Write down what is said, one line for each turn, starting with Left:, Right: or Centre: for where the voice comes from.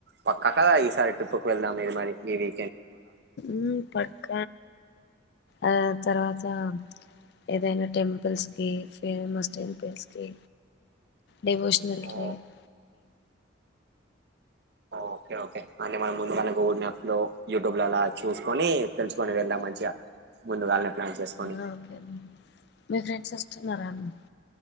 Right: పక్కాక ఈసారి ట్రిప్పుకి వెళ్దాం ఇది మరి మీది
Left: మ్ పక్క ఆ తర్వాత ఏదైనా టెంపుల్స్ కి ఫేమస్ టెంపుల్స్ కి డివోషనెల్
Right: ఓ
Left: ట్రిప్
Right: ఓకే ఓకే అంటే మనం ముందుగానే గూగుల్ మ్యాప్ లో యూట్యూబ్ లో అలా చూసుకొని తెలుసుకొని వెళ్దాం మంచిగా ముందుగాళ్ళనే ప్లాన్ చేసుకొని
Left: ఆ ఓకే అన్న మీ ఫ్రెండ్స్ వస్తున్నారాఅన్న